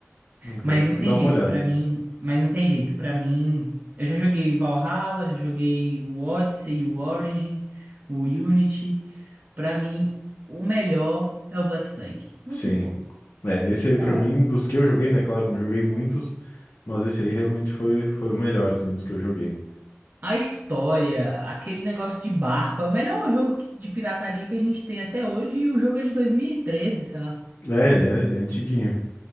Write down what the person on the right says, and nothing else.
Mas
não
tem
jeito
pra mim, mas não tem jeito para mim. Eu já joguei o Valhalla, já joguei o Odyssey, o Origin, o Unity. Pra mim, o melhor é o Black Flag. Não
tem como.
Cara,
a história, aquele negócio de barco, é o melhor jogo que- de pirataria que a gente tem até hoje e o jogo é de 2013, sei lá.